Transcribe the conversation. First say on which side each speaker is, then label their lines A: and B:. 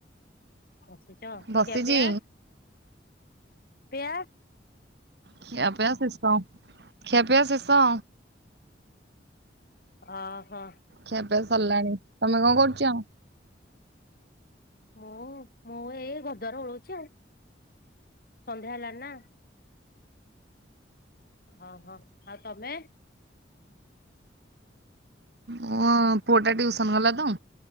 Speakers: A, on the left; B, on the right.
A: ବସିଛ,
B: ବସିଛି
A: ଖିଆ ପିଆ? ପିଆ
B: ଖିଆପିଆ ଶେଷ, ଖିଆପିଆ ଶେଷ।
A: ଓ ହୋ।
B: ଖିଆପିଆ ସରିଲାଣି। ତମେ କଣ କରୁଛ?
A: ମୁଁ, ମୁଁ ଏଇ ଘରଦ୍ଵାରା ଓଳଉଛି ଆଉ। ସନ୍ଧ୍ୟା ହେଲାଣି ନା? ଓହୋ ଆଉ ତମେ?
B: ହଁ ପୁଅଟା ଟ୍ୟୁସନ ଗଲା ତ,